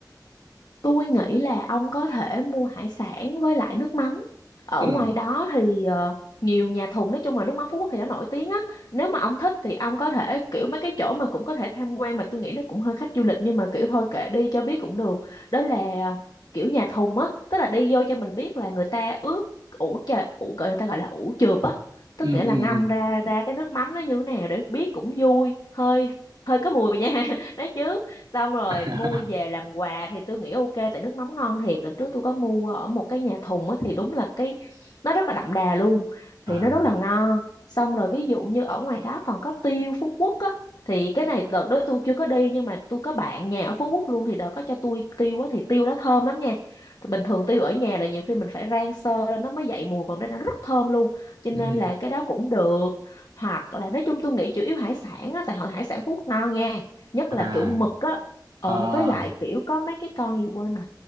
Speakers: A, on the left; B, on the right.
A: tôi nghĩ là ông có thể mua hải sản với lại nước mắm ở
B: Ừ.
A: ngoài đó thì ờ, nhiều nhà thùng nói chung là nước mắm Phú Quốc thì nó nổi tiếng á nếu mà ông thích thì ông có thể kiểu mấy cái chỗ mà cũng có thể tham quan mà tôi nghĩ nó cũng hơi khách du lịch nhưng mà kiểu thôi kệ đi cho biết cũng được đó là ờ, kiểu nhà thùng á tức là đi vô cho mình biết là người ta ướp ủ chà ủ gọi người ta gọi là ủ chượp á tức
B: ừ
A: nghĩa là
B: ừ
A: ngâm
B: ừ
A: ra ra cái nước mắm nó như thế nào để biết cũng vui hơi hơi có mùi nha <laughs> đấy chứ xong rồi
B: <laughs>
A: mua về làm quà thì tôi nghĩ ok tại nước mắm ngon thiệt đợt trước tôi có mua ở một cái nhà thùng á thì đúng là cái nó rất là đậm đà luôn thì
B: à
A: nó rất là ngon xong rồi ví dụ như ở ngoài đó còn có tiêu Phú Quốc á thì cái này đợt đó tôi chưa có đi nhưng mà tôi có bạn nhà ở Phú Quốc luôn thì đợt có cho tôi tiêu á thì tiêu đó thơm lắm nha thì bình thường tiêu ở nhà là nhiều khi mình phải rang sơ lên nó mới dậy mùi còn đây nó rất thơm luôn cho
B: ừ
A: nên là cái đó cũng được hoặc là nói chung tôi nghĩ chủ yếu hải sản á tại hội hải sản Phú Quốc ngon nha nhất
B: à
A: là kiểu mực á Ờ
B: ờ
A: với lại kiểu có mấy cái con gì quên rồi